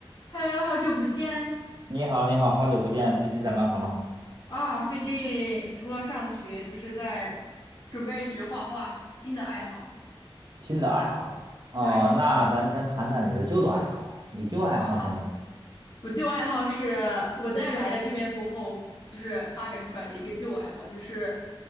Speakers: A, on the left; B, on the right.
A: Hello，好久不见。
B: 你好，你好，好久不见，
A: 啊
B: 最近在忙什么？
A: 啊，最近除了上学，就是在准备学画画，新的爱好。
B: 新的爱好哦，
A: 对，
B: 那咱先谈谈你的旧的爱好。你旧爱好是什么呢？
A: 好好，我旧爱好是我在来了这边过后，就是发展出来的一个旧爱好，就是